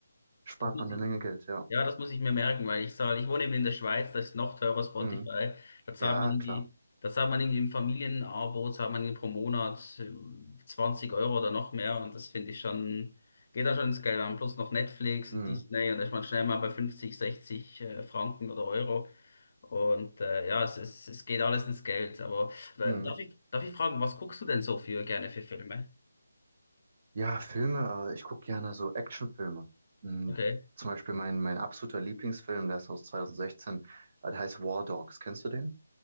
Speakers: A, on the right (about 35°); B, on the left (about 45°).
A: spart
B: das muss
A: man
B: ich.
A: eine Menge Geld, ja.
B: Ja, das muss ich mir merken, weil ich zahle, ich wohne eben in der Schweiz, da ist noch teurer Spotify.
A: Hm.
B: Da zahlt
A: Ja,
B: man irgendwie,
A: klar.
B: da zahlt man irgendwie im Familienabo, zahlt man irgendwie pro Monat äh, 20 Euro oder noch mehr und das finde ich schon, geht dann schon ins Geld an. Plus noch Netflix
A: Hm.
B: und Disney und da ist man schnell mal bei 50, 60 äh, Franken oder Euro. Und äh, ja, es, es, es geht alles ins Geld. Aber äh,
A: Hm.
B: darf ich, darf ich fragen, was guckst du denn so für gerne für Filme?
A: Ja, Filme, äh, ich gucke gerne so Actionfilme. Hm.
B: Okay.
A: Zum Beispiel mein, mein absoluter Lieblingsfilm, der ist aus 2016, äh, der heißt War Dogs. Kennst du den?